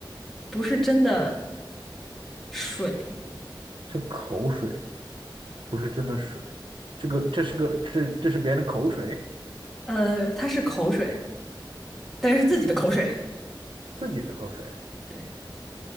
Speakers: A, in the centre; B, on the right.
A: 不是真的水，
B: 这口水不是真的水，这个这是个这这是别人的口水，
A: 呃，它是口水，但是自己的口水，
B: 自己的口水，
A: 对，